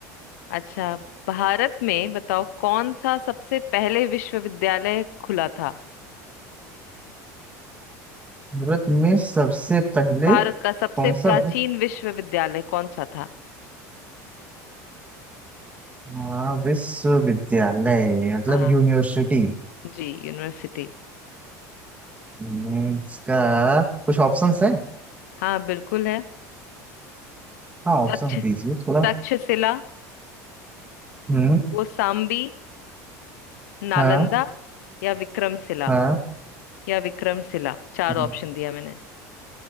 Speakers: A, on the left (about 80°); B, on the right (about 15°).
A: अच्छा भारत में बताओ कौन सा सबसे पहले विश्वविद्यालय खुला था
B: भारत में सबसे पहले
A: भारत का सबसे
B: कौन सा
A: प्राचीन
B: विश्व-
A: विश्वविद्यालय कौन सा था
B: हाँ, विश्वविद्यालय मतलब
A: हाँ
B: यूनिवर्सिटी
A: जी यूनिवर्सिटी
B: हम्म, इसका कुछ ऑप्शंस है
A: हाँ बिल्कुल है
B: हाँ ऑप्शन
A: तक्ष
B: दीजिए थोड़ा
A: तक्षशिला
B: हम्म
A: कौसाम्बी नालंदा
B: हाँ
A: या विक्रमशिला
B: हाँ
A: या विक्रमशिला चार
B: हम्म।
A: ऑप्शन दिया मैंने